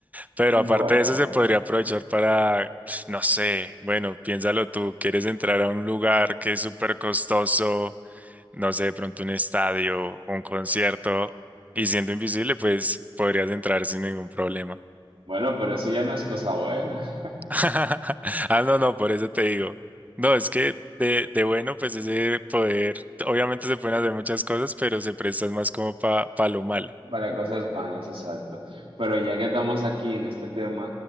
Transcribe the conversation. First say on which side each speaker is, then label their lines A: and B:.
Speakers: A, on the right; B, on the right.
A: Pero
B: Bueno,
A: aparte de eso, se podría aprovechar para, no sé, bueno, piénsalo tú, quieres entrar a un lugar que es súper costoso no sé, de pronto un estadio, un concierto, y siendo invisible, pues podrías entrar sin ningún problema.
B: bueno, pero eso ya no es cosa buena,
A: <laughs> Ah, no, no, por eso te digo. No, es que de, de bueno, pues ese poder, obviamente se pueden hacer muchas cosas, pero se prestan más como para pa pa lo malo.
B: <laughs> para cosas malas, exacto. Pero ya que estamos aquí en este tema,